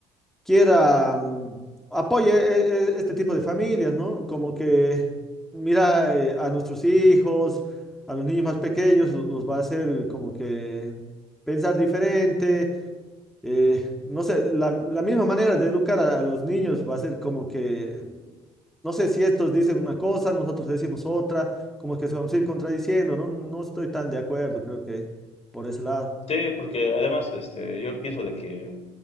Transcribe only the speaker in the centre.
quiera, mm, apoye eh, eh, este tipo de familias, ¿no? Como que mira eh, a nuestros hijos, a los niños más pequeños, lo- los va a hacer como que pensar diferente. eh, no sé, la, la misma manera de educar a, a los niños va a ser como que, no sé si estos dicen una cosa, nosotros decimos otra, como que se vamos a ir contradiciendo, ¿no? No estoy tan de acuerdo, creo que por ese lado.